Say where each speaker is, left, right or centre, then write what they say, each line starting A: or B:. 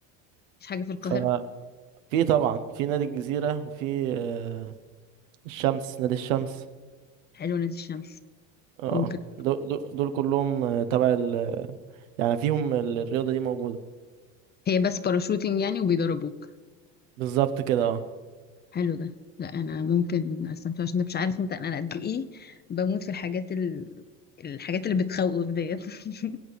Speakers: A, on the left; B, on the right.
A: مش حاجه في القاهره
B: ف في طبعا في نادي الجزيرة وفي آه، الشمس نادي الشمس
A: حلوه نادي الشمس
B: اه
A: ممكن
B: دو- دو- دول كلهم آه، تبع ال يعني فيهم ال- الرياضة دي موجودة
A: هي بس باراشوتنج يعني وبيدربوك
B: بالظبط كده اه
A: حلو ده لا انا ممكن استمتع عشان مش عارف انت انا قد ايه بموت في الحاجات ال... الحاجات اللي بتخوف ديت <laughs>